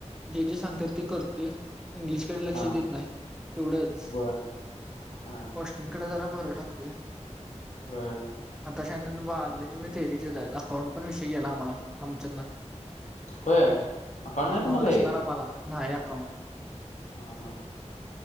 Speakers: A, in the centre; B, on the left (about 75°).
A: जे जे सांगतात ते करते इंग्लिशकडे लक्ष
B: हां
A: देत नाही तेवढंच
B: बर हां
A: कॉस्टिंगकडे जरा भर टाकतेय
B: ह
A: आताशानर बार दि मी थेरीचे आहेत अकाउंट पण विषय गेला आम्हाला आमच्यांदना
B: होय. नाही तुम्हाला
A: अकाउंट नसणांर
B: हे
A: आ मलां नाहीं अकाउंट
B: हां हां